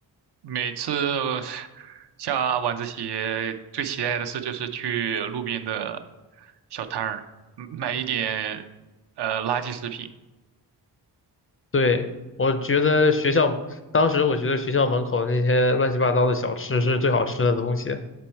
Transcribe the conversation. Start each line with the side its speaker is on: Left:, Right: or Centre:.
Right: 每次下晚自习最期待的事就是去路边的小摊儿嗯买一点呃垃圾食品。
Left: 对。我觉得学校当时我觉得学校门口的那些乱七八糟的小吃是最好吃的东西，